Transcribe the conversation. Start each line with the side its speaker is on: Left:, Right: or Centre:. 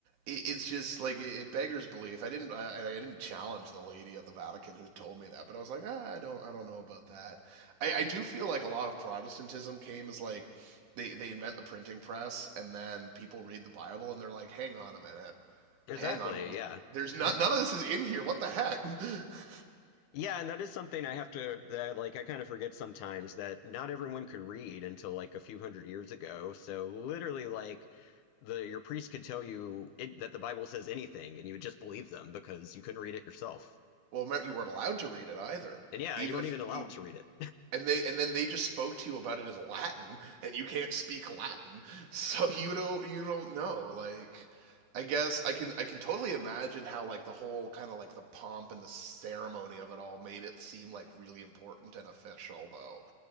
Right: it, it's just like it, it beggars belief. I didn't I, I didn't challenge the lady at the Vatican who told me that, but I was like, ah, I don't I don't know about that. I, I do feel like a lot of Protestantism came as like they they invent the printing press and then people read the Bible and they're like, hang on a minute,
Left: Exactly,
Right: hang on, wh-
Left: yeah.
Right: there's not
Left: <laughs>
Right: none of this is in here. What the heck? <laughs>
Left: Yeah, and that is something I have to that like I kind of forget sometimes that not everyone could read until like a few hundred years ago. So literally like the your priest could tell you it, that the Bible says anything and you would just believe them because you couldn't read it yourself.
Right: Well, you weren't allowed to read it either,
Left: And yeah,
Right: even
Left: you weren't
Right: if
Left: even allowed
Right: even,
Left: to read it.
Right: and they and then they just spoke to you about it as Latin, and you can't speak Latin, so you don't you don't know. Like, I guess I can I can totally imagine how like the whole kind of like the pomp and the ceremony of it all made it seem like really important and official though.